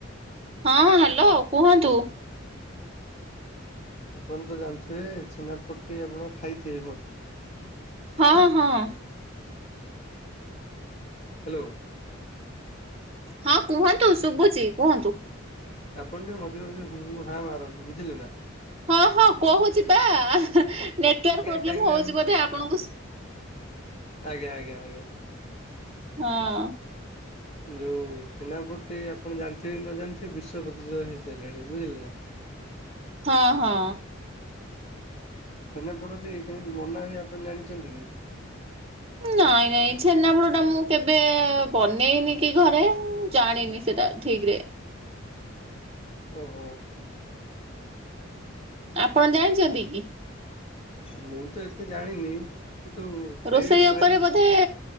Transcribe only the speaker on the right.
ହଁ ହ୍ୟାଲୋ କୁହନ୍ତୁ।
ହଁ, ହଁ।
ହଁ କୁହନ୍ତୁ ଶୁଭୁଚି କୁହନ୍ତୁ।
ହଁ, ହଁ କହୁଚି ପା ନେଟୱାର୍
ପ୍ରୋବ୍ଲେମ୍
ହଉଚି ବୋଧେ ଆପଣଙ୍କୁ
ହଁ।
ହଁ, ହଁ।
ନାଇଁ ନାଇଁ ଛେନାପୋଡ ଟା ମୁଁ କେବେ ବନେଇନି କି ଘରେ। ଜାଣିନି ସେଟା ଠିକ ରେ।
ଆପଣ ଜାଣିଚନ୍ତି କି?
ରୋଷେଇ ଉପରେ
ବୋଧେ